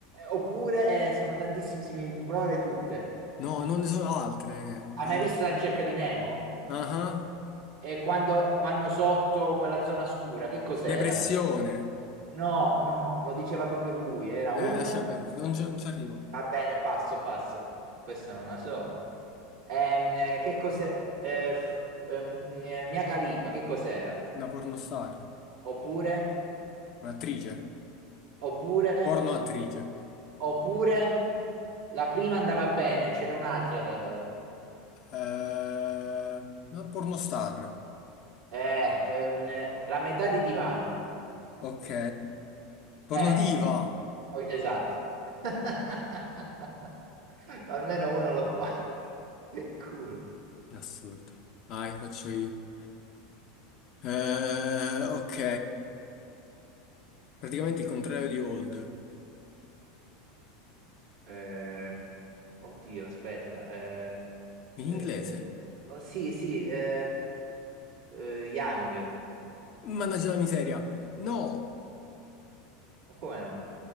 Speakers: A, on the right (about 75°); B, on the left (about 50°).
A: oppure eh, sono tantissime similitudini, provale tutte.
B: No, non ne sono altre.
A: Hai
B: Ah,
A: mai visto la ricerca di Nemo?
B: ah.
A: E quando vanno sotto quella zona scura, che cos'era?
B: Depressione.
A: No, no, lo diceva proprio lui, era
B: Eh,
A: un...
B: lascia perdere, non ci non ci arrivo.
A: Va bene, passo, passo. Questa non la so. Ehm, che cos'è? Eh, ehm, Mia Khalifa, che cos'era?
B: Una pornostar,
A: Oppure,
B: un'attrice.
A: oppure,
B: Porno attrice.
A: oppure, la prima andava bene, ce n'è un'altra. da-
B: Eh, pornostar.
A: eh, ehm, la metà di divano.
B: Ok. Pornodiva.
A: Eh, oh, esatto. <laughs> Almeno uno lo fa. Che culo.
B: Assurdo. Dai, faccio io. Eh, ok. Praticamente il contrario di old.
A: Ehm, oddio, aspetta. eh,
B: In
A: eh,
B: inglese.
A: oh, sì, sì, eh, eh, Young.
B: Mannaggia la miseria. No.
A: Ma come no?